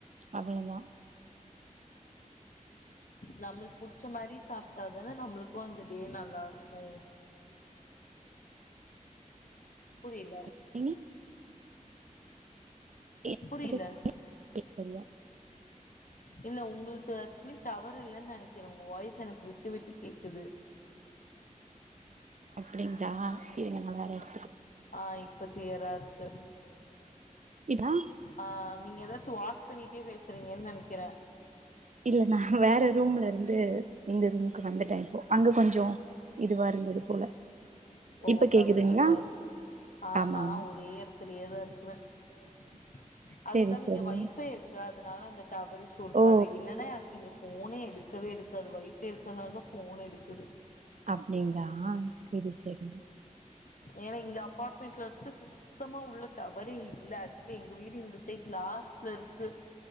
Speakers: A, on the right; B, on the left.
A: அவ்ள தா
B: நம்முளுக் புடிச்ச மாரி சாப்ட்டா தான நம்முளுக்கு அந்த டே நல்லாருக்கூ புரியல
A: <unintelligible> <inaudible>
B: புரில இல்ல உங்குளுக்கு ஏச்சுவலி டவர் இல்லன் நெனைக்கிறே உங்க வாய்ஸ் எனக் விட்டு விட்டு கேக்குது
A: அப்டிங்ளா இருங்க நா வேற எட
B: ஆஹ் இப்ப க்ளியரா இருக்கு
A: இதா
B: ஆஹ் நீங்க எதா சோ வாக் பண்ணிட்டே பேசுறீங்கன் நெனைக்கிறே
A: இல்ல நா வேற ரூம்ல இருந்து இந்த ரூமுக்கு வந்துட்டே இப்போ அங்க கொஞ்சோ இதுவா இருந்தது போல
B: ஓ
A: இப்ப
B: டவர்
A: கேக்குதுங்களா
B: இஸ்யூ வா இருந் அ
A: ஆமா
B: நா
A: ஆமா
B: ஒரே எடத்துலயேதா இரு க்றே ப்ச்
A: செரி
B: அது இல்லாம
A: செரி
B: இங்க வைய்ஃபைருக்கு அ துனால அந்தட் டவர் இஸ்யு இருக்காது
A: ஓ
B: இல்லன்னா எனக்கு இங்க போனே எடுக்கவே எடுக்காது வைஃப் ஃபை இருக்கனால்தா ஃபோன் எடுக்குது
A: அப்டிங்ளா செரி செரிங்
B: ஏனா இங்க அப்பாட்மெண்ட்ல வந்ட்டு சுத்தமா உள்ள டவரே இல்ல ஏச்சுலி எங்க வீடு இந்த ஸ் டேக் லாஸ்ட்ல இருக்கு